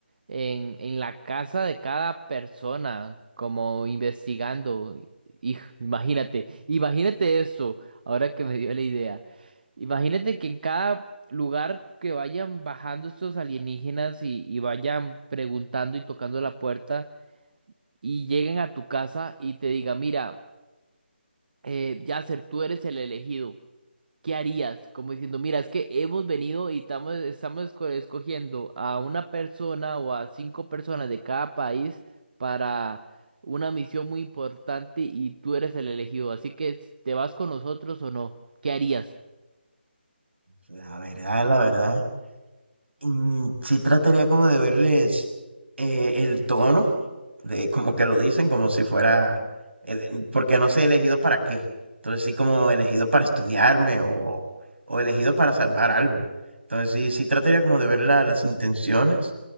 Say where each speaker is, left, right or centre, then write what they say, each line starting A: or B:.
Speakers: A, on the right; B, on the right.
A: en, en la casa de cada persona, como investigando. Hijo, imagínate, imagínate eso, ahora que me dio la idea. Imagínate que en cada lugar que vayan bajando estos alienígenas y, y vayan preguntando y tocando la puerta y lleguen a tu casa y te digan, mira, eh, Yasser, tú eres el elegido. ¿Qué harías? Como diciendo, mira, es que hemos venido y tamo- estamos, esco- escogiendo a una persona o a cinco personas de cada país para una misión muy importante y tú eres el elegido. Así que, s- ¿te vas con nosotros o no? ¿Qué harías?
B: La verdad, la verdad. Mm, Sí trataría como de verles eh, el tono, de como que lo dicen, como si fuera, eh, porque no sé elegido para qué. Entonces sí como elegido para estudiarme o, o elegido para salvar algo. Entonces sí, sí trataría como de ver la- las intenciones